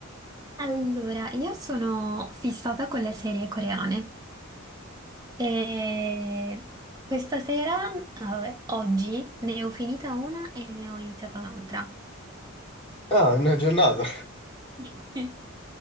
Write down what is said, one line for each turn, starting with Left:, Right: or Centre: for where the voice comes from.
Right: Allora, io sono fissata con le serie coreane e questa sera, ah, vabbè, oggi, ne ho finita una e ne ho iniziata un'altra.
Left: Ah, una giornata.
Right: <laughs> Sì.